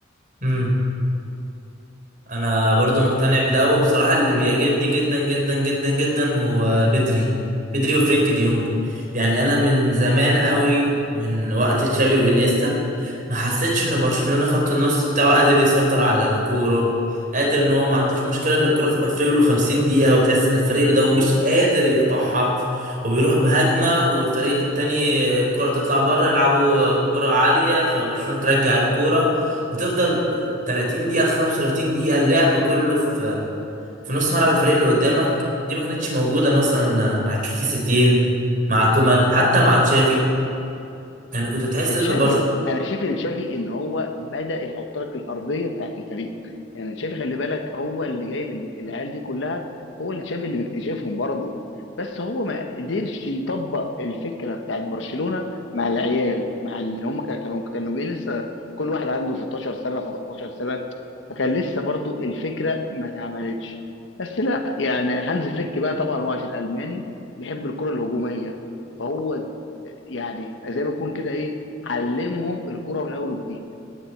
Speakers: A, on the right; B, on the left.
A: امم انا برضو مقتنع بده وبصراحة اللي بيعجبني جدا جدا جدا جدا هو بدري بدري وفرينك دي يونج يعني انا من زمان قوي من وقت تشافي وانيستا ما حسيتش ان برشلونة خط النص بتاعه قادر يسيطر على الكورة قادر ان هو ما عندوش مشكلة ان الكرة تبقى في رجله 50 دقيقة وتحس ان الفريق اللي قدامه مش قادر يقطعها وبيروح بهجمة والفريق التاني الكرة تطلع بره يلعبوا كرة عالية فبرشلونة ترجع الكرة وتفضل 30 دقيقة ل 35 دقيقة اللعب كله في في نص ملعب الفريق اللي قدامك دي ما كانتش موجودة مثلا مع كيكي ستين مع كومان حتى مع تشافي يعني كنت تحس
B: تشافي
A: ان برشلونة
B: انا شايف ان تشافي ان هو بدا يحط لك الارضيه بتاعت الفريق يعني تشافي خلي بالك هو اللي جايب ال- العيال دي كلها هو اللي تشافي اللي مكتشفهم برضه بس هو ما قدرش يطبق الفكره بتاعت برشلونه مع العيال مع اللي هم كانوا كانوا كانوا جايين لسه كل واحد عنده 16 سنه 17 سنه فكان لسه برضه الفكره ما اتعملتش بس لا يعني هانز فليك بقى طبعا هو عشان الماني بيحب الكره الهجوميه فهو يعني زي ما يكون كده ايه علمهم الكرة من اول وجديد